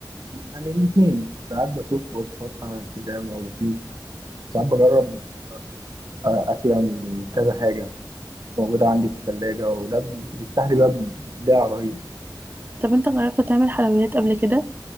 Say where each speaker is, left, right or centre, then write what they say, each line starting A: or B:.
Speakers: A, on the right; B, on the right.
A: يعني الاتنين ساعات بشوف وصفات على انستجرام أو يوتيوب ساعات بجرب آه، أكلة من كذا حاجة موجودة عندي في الثلاجة وده بيفتح لي باب إبداع رهيب
B: طب انت جربت تعمل حلويات قبل كده